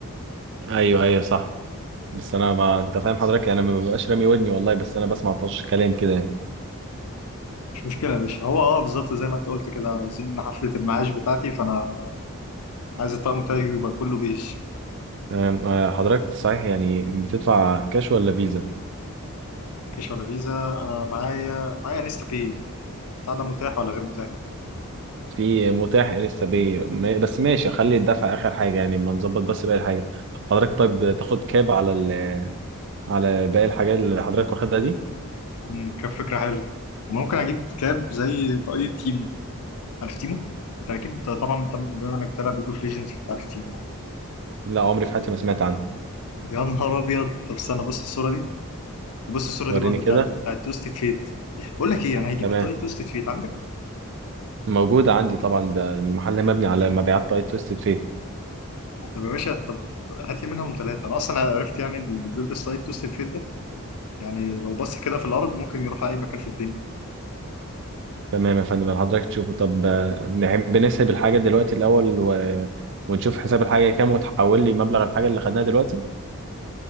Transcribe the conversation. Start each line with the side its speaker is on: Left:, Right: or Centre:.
Right: ايوه ايوه صح بس انا ما انت فاهم حضرتك انا ما ببقاش رامي ودني والله بس انا بسمع طش كلام كده يعني
Left: مش مشكله يا باشا هو اه بالظبط زي ما انت قلت كده عايزين حفله المعاش بتاعتي فانا عايز الطقم بتاعي يبقى كله بيج
Right: أم، آه، حضرتك صحيح يعني بتدفع كاش ولا فيزا
Left: كاش ولا فيزا انا معايا معايا نستا باي بتاع ده متاح ولا غير متاح
Right: في متاح لسه بي ما- بس ماشي خلي الدفع اخر حاجه يعني ما نظبط بس باقي الحاجه حضرتك طيب تاخد كاب على ال... على باقي الحاجات اللي حضرتك واخدها دي
Left: امم كان فكره حلوه وممكن اجيب كاب زي طاقية تيمو عارف تيمو انت اكيد طبعا طب- بما انك بتلعب ليج اوف ليجندز انت عارف تيمو
Right: لا عمري في حياتي ما سمعت عنه
Left: يا نهار ابيض طب استنى بص الصوره دي بص الصوره
Right: وريني
Left: دي برضو
Right: كده
Left: بتاعت بتاعت توستد فيت بقول لك ايه انا هجيب
Right: تمام
Left: طاقية توستد فيت عندك
Right: موجود عندي طبعا ده المحل مبني على مبيعات طاقية تويستد فيت
Left: طب يا باشا طب هات لي منهم ثلاثه انا اصلا عرفت يعني اللي بيلبس طاقية توستد فيت ده يعني لو بص كده في الارض ممكن يروح لاي مكان في الدنيا
Right: تمام يا فندم حضرتك تشوفه طب آه، نحب نحسب الحاجه دلوقتي الاول و... ونشوف حساب الحاجه كام وتحول لي مبلغ الحاجه اللي خدناها دلوقتي